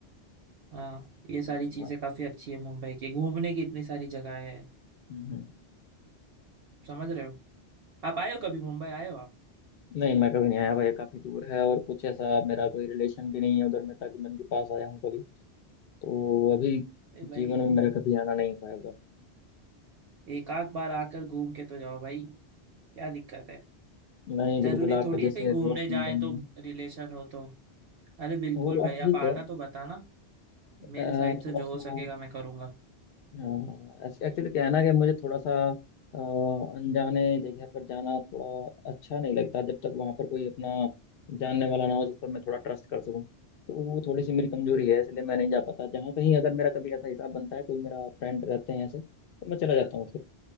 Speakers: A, on the right; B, on the left.
A: हाँ ये सारी
B: अरे वाह
A: चीजें काफी अच्छी है मुंबई की घूमने की इतनी सारी जगह है
B: हम्म,
A: समझ रहे हो आप आए हो कभी मुंबई आए हो आप
B: नहीं मैं कभी नहीं आया भाई काफ़ी दूर है और कुछ ऐसा मेरा कोई रिलेशन भी नहीं है उधर मैं ताकि मैं उनके पास आया हूँ कभी तो अभी
A: ए भाई
B: जीवन में मेरा कभी आना नहीं हुआ है उधर
A: एक आध बार आकर घूम के तो जाओ भाई क्या दिक्कत है
B: नहीं
A: जरूरी
B: बिल्कुल आपके
A: थोड़ी है
B: जैसे
A: कहीं घूमने
B: दोस्त
A: जाए
B: मिलेंगे
A: तो रिलेशन हो तो अरे बिल्कुल
B: वो
A: भाई
B: बात ठीक
A: आप आना
B: है
A: तो बताना
B: अ,
A: मेरे साइड
B: थोड़ा
A: से जो
B: सा
A: हो सकेगा मैं करूंगा
B: एक्चुअली क्या है ना कि मुझे थोड़ा सा अ, अनजाने जगह पर जाना थोड़ा अच्छा नहीं लगता जब तक वहां पर कोई अपना जानने वाला ना हो जिस पर मैं थोड़ा ट्रस्ट कर सकूं तो वो थोड़ी सी मेरी कमजोरी है इसलिए मैं नहीं जा पाता जहाँ कहीं अगर मेरा कभी ऐसा हिसाब बनता है कोई मेरा फ्रेंड रहते हैं ऐसे तो मैं चला जाता हूँ फिर